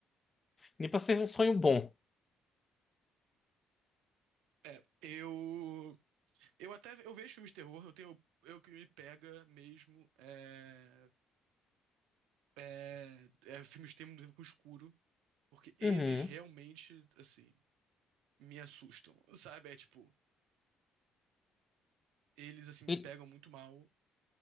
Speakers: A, on the left; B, on the right.
A: Nem pra ser um sonho bom.
B: É, eu. Eu até eu vejo filmes de terror, eu tenho. Eu que me pega mesmo é, é, é filmes de terror com escuro, porque eles
A: Uhum.
B: realmente, assim, me assustam, sabe? É tipo, eles assim
A: E-
B: me pegam muito mal,